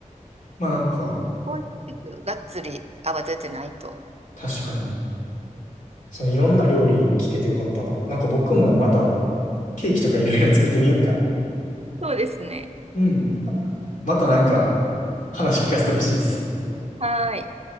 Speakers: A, on the left; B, on the right.
A: まあなんか、
B: スポンジケーキはがっつり泡立てないと。
A: 確かに。そのいろんな料理聞けてよかったな。なんか僕もまたケーキとかいろいろ作ってみようかな。
B: そうですね。
A: うん。またなんか話聞かせてほしいです。
B: はーい。